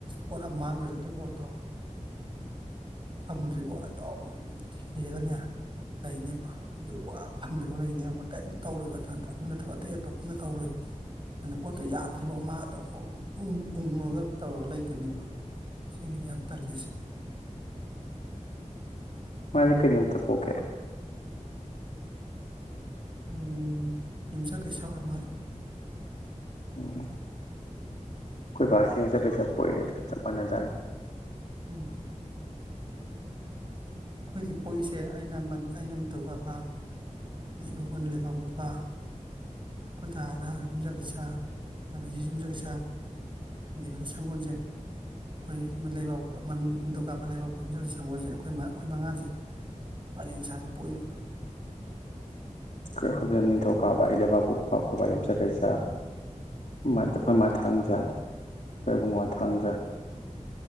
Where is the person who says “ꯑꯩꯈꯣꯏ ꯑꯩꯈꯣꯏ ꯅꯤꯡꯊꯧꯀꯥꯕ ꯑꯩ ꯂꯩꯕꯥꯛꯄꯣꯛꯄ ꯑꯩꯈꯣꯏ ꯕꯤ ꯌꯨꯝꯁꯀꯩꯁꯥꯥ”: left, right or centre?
Left